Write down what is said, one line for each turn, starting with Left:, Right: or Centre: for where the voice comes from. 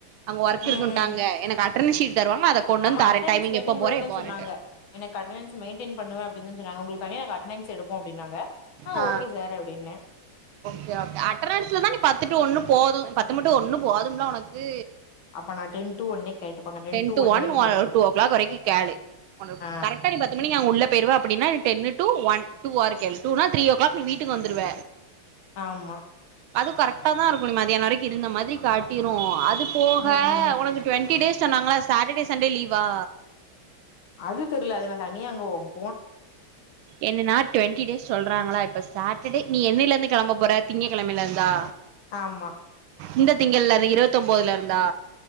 Right: அங்க ஒர்க்
Left: ம்
Right: இருக்குட்டாங்க
Left: ம்
Right: எனக்கு அட்டர்ன் ஷீ்ட் தருவாங்க அத கொண்டு
Left: ஆமா
Right: வந்து தாரே
Left: அட்டனன்ஸ்
Right: டைமிங்
Left: மெயின்டென்
Right: எப்ப
Left: பண்ணுவோ
Right: போற
Left: தா
Right: எப்போ வரே
Left: சொன்னாங்க எனக்கு அட்டனன்ஸ் மெய்ன்டெய்ன் பண்ணுவ அப்டின்னு தா சொன்னாங்க உங்களுக்கு தனியா அட்னன்ஸ் எடுப்போ அப்டினாங்க ஆஹ்
Right: ஆ
Left: ஓகே சார் அப்டின்ன
Right: ஓகே ஓகே அட்ரன்ஸ்லதா நீ பத்து டூ ஒண்ணு போது பத்து மட்டு ஒண்ணு போதும்ல ஒனக்கு
Left: அப்ப நா டென் டூ ஒன்னே கேட்டுப்பாங்க
Right: டென்
Left: டு
Right: டூ ஒன்
Left: வரைக்கு கேட்டுப்பாங்க
Right: டூ ஓ க்ளாக் வரைக்கு கேளு
Left: ஆ
Right: கரெட்டா நீ பத்து மணிக்கு அங்க உள்ள போய்ருவ அப்டின்னா ten two one two or கேள் டூனா த்ரீ ஓ கிளாக் நீ வீட்டுக்கு வந்துருவ
Left: ஆம்மா
Right: அது கரெக்டா தா இருக்கு நீ மதியான வரைக்கு இருந்த மாதிரி காட்டிரு அது போக
Left: ம் ம்
Right: உனக்கு டுவென்டி டேஸ் சொன்னாங்களா சாட்டர்டே சண்டே லீவா
Left: அது தெரில அது நா தனியா அங்க போவு
Right: என்னன்னா டுவெண்டி டேஸ் சொல்றாங்களா இப்ப சாட்டர்டே நீ என்னில இருந்து கெளம்ப போற திங்க கெழமைல இருந்தா
Left: ஆம்மா
Right: இந்த திங்கள்ல இருந்து இரவத்தொம்போதுல இருந்தா